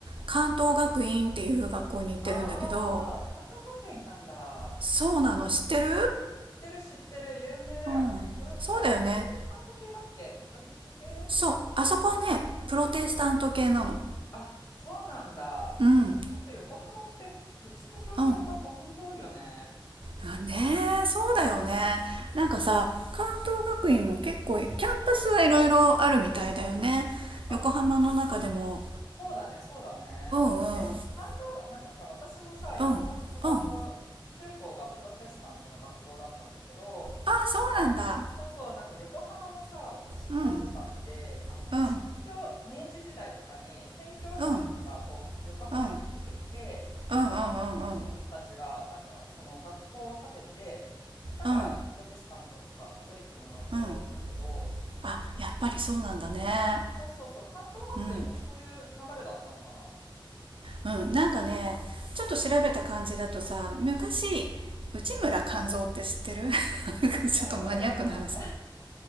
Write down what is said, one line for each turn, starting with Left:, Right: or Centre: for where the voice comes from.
Right: 関東学院っていう学校に行ってるんだけど
Left: ああ、関東学院なんだ。
Right: そうなの知ってる
Left: 知ってる知ってる、有名だよね。
Right: うんそうだよね
Left: プロ、あれ、プロテスタント系だっけカトリック系
Right: そうあそこはねプロテスタント系なの
Left: あ、そうなんだ。
Right: うん
Left: もう、ほんと横浜ってキリスト教系の学校ほんと多いよね。
Right: うんあねえそうだよねなんかさ関東学院も結構キャンパスはいろいろあるみたいだよね横浜の中でも
Left: あ、そうだね、そうだね。
Right: うんうん
Left: え、関東が、なんかさ、私もさ、横浜の学校、
Right: うんうん
Left: 中高がプロテスタントの学校だったんだけど、
Right: あそうなんだ
Left: か、そうそう、なんか横浜のさ、女子校とかって、
Right: うん
Left: あの、
Right: うん
Left: 宣教、明治時代とかに宣教師の人がこうは横浜に入ってきて、
Right: うんうんうんうんうんうんうん
Left: 宣教師の人たちが、なんかその学校を建てて、だからプロテスタントとかカトリックの学校が多いんだけど、
Right: うんうんあやっぱりそうなんだね
Left: そうそうそう、関東学院もそういう流れだったのかな。
Right: うんうんなんかねちょっと調べた感じだとさ昔内村勘三って知ってる <laughs>
Left: <laughs>
Right: ちょっとマニアックな話
Left: あわかんない。